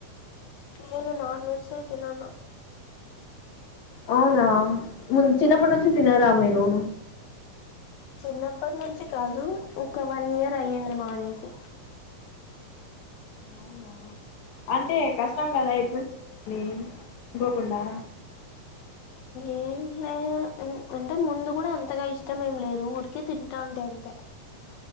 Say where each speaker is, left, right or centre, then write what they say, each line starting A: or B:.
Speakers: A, on the left; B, on the left.
A: నేను నాన్ వెజే తినను
B: అవునా ముంద్ చిన్నప్పటి నుంచి తినరా మీరు
A: చిన్నప్పట్నుంచి కాదు ఒక వన్ ఇయర్ అయ్యింది మానేసి
B: అవునా అంటే కష్టం గదా ఇప్పడు నీ అనుకోకుండా
A: ఏంలే అంటే ముందుగూడా అంతగా ఇష్టం ఏం లేదు ఊరికే తింటాంటే అంతే